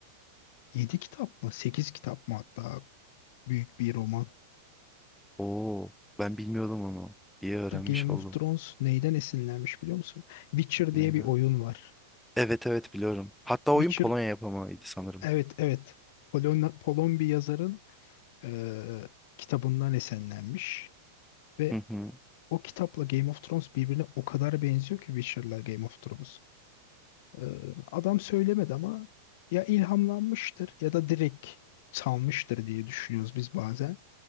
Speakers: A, on the left; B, in the centre.
A: 7 kitap mı 8 kitap mı hatta Büyük bir roman.
B: Oo, ben bilmiyordum onu. İyi öğrenmiş
A: The Game
B: oldum.
A: of Thrones neyden esinlenmiş biliyor musun? Witcher diye
B: Neydi?
A: bir oyun var.
B: Evet evet biliyorum. Hatta oyun
A: Witcher
B: Polonya yapamaydı sanırım.
A: evet evet Polon, Polon bir yazarın eee, kitabından esinlenmiş ve
B: Hı hı.
A: o kitapla Game of Thrones birbirine o kadar benziyor ki Witcher'la Game of Thrones. Eee, adam söylemedi ama ya ilhamlanmıştır ya da direkt salmıştır diye düşünüyoruz biz bazen.